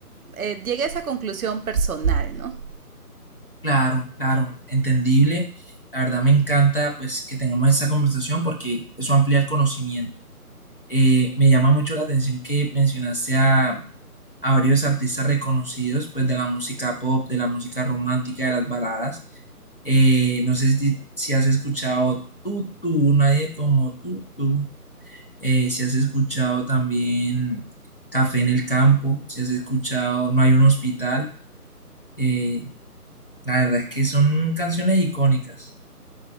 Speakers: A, on the right; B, on the left.
A: eh, llegué a esa conclusión personal, ¿no?
B: Claro, claro, entendible. La verdad me encanta pues que tengamos esta conversación porque eso amplía el conocimiento. Eh, me llama mucho la atención que mencionaste a, a varios artistas reconocidos, pues de la música pop, de la música romántica, de las baladas. Eh, no sé si, si has escuchado Tú, Tú, Nadie como Tú, Tú. Eh, si has escuchado también Café en el Campo, si has escuchado No hay un hospital. Eh, la verdad es que son canciones icónicas,